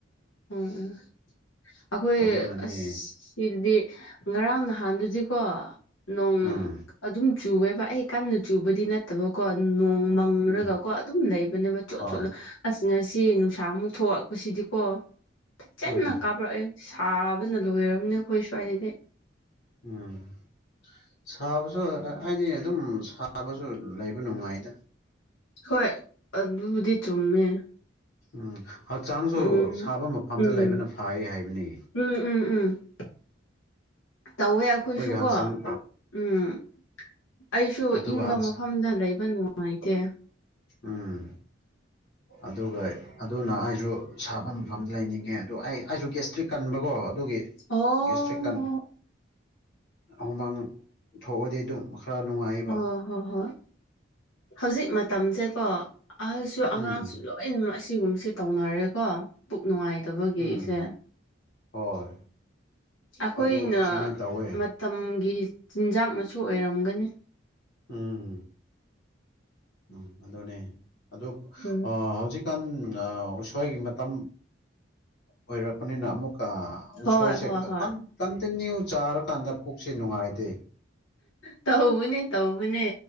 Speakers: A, on the left; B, on the left.
A: ꯎꯝ ꯑꯩꯈꯣꯏ
B: ꯑꯗꯨꯅꯅꯦ
A: ꯑꯁ ꯁꯤꯗꯗꯤ ꯉꯔꯥꯡ ꯅꯍꯥꯟꯗꯨꯗꯤꯀꯣ ꯅꯣꯡ
B: ꯎꯝ
A: ꯑꯗꯨꯝ ꯆꯨꯋꯦꯕ ꯑꯩ ꯀꯟꯅ ꯆꯨꯕꯗꯤ ꯅꯠꯇꯕꯀꯣ ꯅꯣꯡ <unintelligible>
B: ꯎꯝ
A: ꯀꯣ ꯑꯗꯨꯝ ꯂꯩꯕꯅꯦꯕ ꯆꯣꯠ
B: ꯑꯥ
A: ꯆꯣꯠꯂ ꯑꯁ ꯉꯁꯤ ꯅꯨꯡꯁꯥꯃꯨꯛ ꯊꯣꯛꯑꯛꯄꯁꯤꯗꯤꯀꯣ ꯐꯖꯅ
B: ꯎꯝ
A: ꯀꯥꯞꯔꯛꯑꯦ ꯁꯥꯕꯅ ꯂꯣꯏꯔꯕꯅꯤ ꯑꯩꯈꯣꯏ ꯁ꯭ꯋꯥꯏꯗꯗꯤ
B: ꯎꯝ ꯁꯥꯕꯁꯨ ꯍꯥꯏꯗꯤ ꯑꯗꯨꯝ ꯁꯥꯕꯁꯨ ꯂꯩꯕ ꯅꯨꯡꯉꯥꯏꯗ
A: ꯍꯣꯏ ꯑꯗꯨꯕꯨꯗꯤ ꯆꯨꯝꯃꯦ
B: ꯎꯝ ꯍꯛꯆꯥꯡꯁꯨ
A: ꯎꯝ
B: ꯁꯥꯕ ꯃꯐꯝꯗ
A: ꯎꯝ
B: ꯂꯩꯕꯅ ꯐꯥꯏ ꯍꯥꯏꯕꯅꯤ
A: ꯎꯝ ꯎꯝ ꯎꯝ ꯇꯧꯋꯦ ꯑꯩꯈꯣꯏꯁꯨꯀꯣ
B: ꯑꯩꯈꯣꯏꯒꯤ ꯍꯛꯆꯥꯡ
A: ꯎꯝ ꯑꯩꯁꯨ
B: ꯑꯗꯨꯒ
A: ꯏꯪꯕ
B: ꯍꯥꯠ
A: ꯃꯐꯝꯗ ꯂꯩꯕ ꯅꯨꯡꯉꯥꯏꯇꯦ
B: ꯎꯝ ꯑꯗꯨꯒ ꯑꯗꯨꯅ ꯑꯩꯁꯨ ꯁꯥꯕ ꯃꯐꯝꯗ ꯂꯩꯅꯤꯡꯉꯦ ꯑꯗꯨ ꯑꯩ ꯑꯩꯁꯨ ꯒꯦꯁꯇ꯭ꯔꯤꯛ ꯀꯟꯕꯀꯣ ꯑꯗꯨꯒꯤ
A: ꯑꯣ
B: ꯒꯦꯁꯇ꯭ꯔꯤꯛ ꯀꯟ ꯍꯨꯃꯥꯡ ꯊꯣꯛꯑꯗꯤ ꯑꯗꯨꯝ ꯈꯔ ꯅꯨꯡꯉꯥꯏꯌꯦꯕ
A: ꯍꯣꯏ ꯍꯣꯏ ꯍꯣꯏ ꯍꯧꯖꯤꯛ ꯃꯇꯝꯁꯦꯀꯣ ꯑꯍꯜꯁꯨ ꯑꯉꯥꯡꯁꯨ
B: ꯎꯝ
A: ꯂꯣꯏ ꯂꯣꯏꯃꯛ ꯑꯁꯤꯒꯨꯝꯕꯁꯦ ꯇꯧꯅꯔꯦꯀꯣ ꯄꯨꯛ ꯅꯨꯡꯉꯥꯏꯇꯕꯒꯤꯁꯦ
B: ꯎꯝ ꯍꯣꯏ
A: ꯑꯩꯈꯣꯏꯅ
B: ꯑꯗꯨ ꯁꯨꯃꯥꯏꯅ ꯇꯧꯋꯦ
A: ꯃꯇꯝꯒꯤ ꯆꯤꯟꯖꯥꯛꯅꯁꯨ ꯑꯣꯏꯔꯝꯒꯅꯤ
B: ꯎꯝ ꯎꯝ ꯑꯗꯨꯅꯦ ꯑꯗꯨ
A: ꯎꯝ
B: ꯑ ꯍꯧꯖꯤꯛ <unintelligible> ꯎꯁꯣꯏꯒꯤ ꯃꯇꯝ ꯑꯣꯏꯔꯛꯄꯅꯤꯅ ꯑꯃꯨꯛꯀ ꯎꯁꯣꯏꯁꯦ
A: ꯍꯣꯏ ꯍꯣꯏ ꯍꯣꯏ
B: ꯀꯟ ꯀꯟꯇꯤꯅ꯭ꯌꯨ ꯆꯥꯔꯀꯥꯟꯗ ꯄꯨꯛꯁꯦ ꯅꯨꯡꯉꯥꯏꯇꯦ
A: ꯇꯧꯕꯅꯦ ꯇꯧꯕꯅꯦ